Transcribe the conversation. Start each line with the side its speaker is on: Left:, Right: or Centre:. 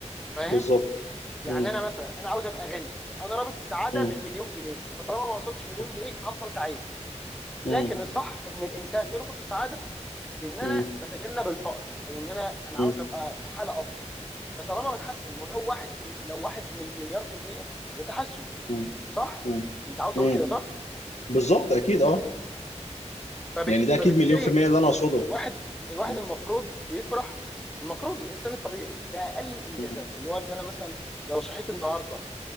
Centre: فاهم
Left: بالظبط
Centre: يعني
Left: م-
Centre: انا مثلا انا عاوز ابقى غني انا رابط السعاده
Left: م-
Centre: بالمليون جنيه فطالما ما وصلتش
Left: م-
Centre: مليون جنيه هفضل تعيس لكن
Left: م-
Centre: الصح ان الانسان يربط السعاده بان انا
Left: م-
Centre: بتجنب الفقر او ان انا انا
Left: م-
Centre: عاوز ابقى في حاله افضل فطالما بتحسن ولو واحد في الم... لو واحد من مليار في المية فده تحسن
Left: م-
Centre: صح
Left: م-
Centre: انت عاوز
Left: م-
Centre: تقول كده صح
Left: بالظبط اكيد اه
Centre: فبت...
Left: يعني ده
Centre: فبالتالي
Left: اكيد مليون في المية اللي انا
Centre: ال-
Left: اقصده
Centre: الواحد الواحد
Left: م-
Centre: المفروض بيفرح المفروض الانسان الطبيعي باقل الانجازات
Left: م-
Centre: اللي هو ان انا مثلا لو صحيت النهارده